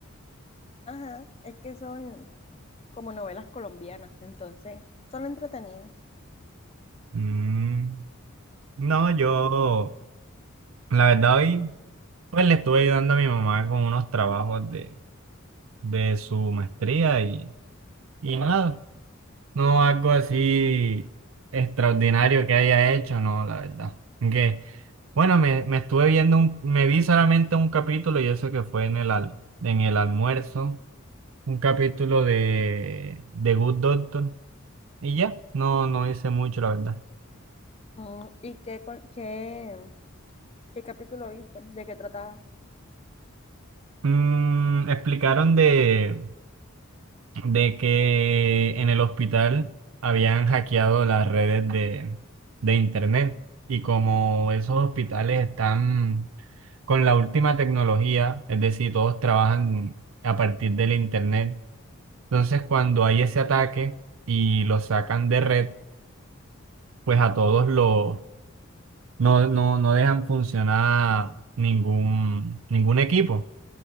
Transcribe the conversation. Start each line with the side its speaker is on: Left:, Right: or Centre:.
Left: Ajá, es que son como novelas colombianas, entonces son entretenidas.
Right: Mm, no, yo, la verdad, hoy pues le estuve ayudando a mi mamá con unos trabajos de, de su maestría y, y nada, no algo así extraordinario que haya hecho, no, la verdad. Aunque, bueno, me, me estuve viendo, un- me vi solamente un capítulo y eso que fue en el, al- en el almuerzo. un capítulo de, de Good Doctor y ya, no, no hice mucho, la verdad.
Left: Mm, ¿y qué, con- qué, qué capítulo viste? ¿De qué trataba?
Right: Mm, explicaron de, de que en el hospital habían hackeado las redes de, de internet y como esos hospitales están con la última tecnología, es decir, todos trabajan a partir del internet, entonces cuando hay ese ataque y los sacan de red, pues a todos los no, no, no dejan funcionar ningún, ningún equipo.